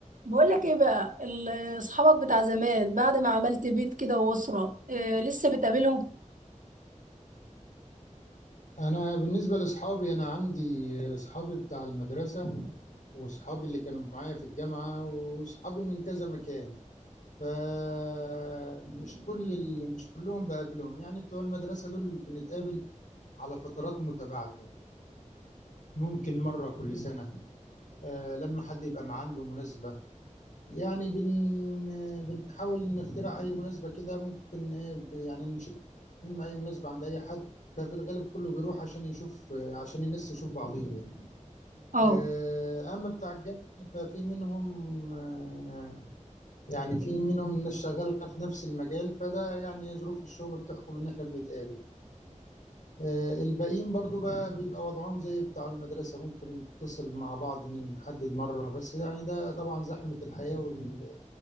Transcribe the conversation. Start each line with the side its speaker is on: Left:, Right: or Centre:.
Right: بقول لك ايه بقى ال- اصحابك بتاع زمان بعد ما عملت بيت كده واسره إيه لسه بتقابلهم
Left: انا بالنسبه لاصحابي انا عندي اصحابي بتاع المدرسه واصحابي اللي كانوا معايا في الجامعه واصحابي من كذا مكان فمش كل ال- مش كلهم بقابلهم يعني بتوع المدرسه دول بنتقابل على فترات متباعده ممكن مره كل سنه آه، لما حد يبقى مع عنده مناسبه يعني بن بنحاول نخترع اي مناسبه كده ممكن ايه ب- يعني نشم اي مناسبه عند اي حد ففي الغالب كله بيروح عشان يشوف عشان الناس تشوف بعضيها يعني
Right: اه
Left: آه، أما بتاع الجامعة ففي منهم آه، يعني في منهم الناس شغالة في نفس المجال فده يعني هي ظروف الشغل بتحكم إن إحنا بنتقابل آه، الباقيين برضو بقى بيبقى وضعهم زي بتاع المدرسة ممكن نتصل مع بعض إن نحدد مرة بس يعني ده طبعا زحمة الحياة وال-